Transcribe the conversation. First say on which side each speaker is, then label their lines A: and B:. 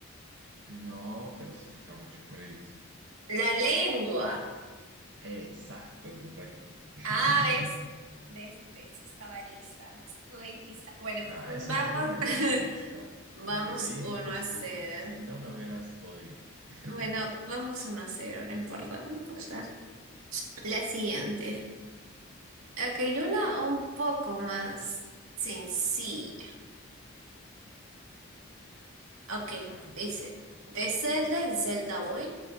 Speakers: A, on the right; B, on the right.
A: No, pero se choca mucho con ellos.
B: La lengua.
A: Exacto, correcto. <laughs>
B: Ah, ¿ves? ¿Ves? ¿Ves? Estaba lista. Estoy lista. Bueno,
A: Nada, eso
B: vamos.
A: fue porque te
B: <laughs>
A: di pistas,
B: Vamos
A: porque te di muchas
B: uno a cero
A: pistas. Si no, no hubieras podido. <laughs>
B: Bueno, vamos uno a cero no importa, no importa. La siguiente.
A: Ok,
B: Ok, una un poco más sencilla. Ok,
A: a ver.
B: dice, de celda en celda voy,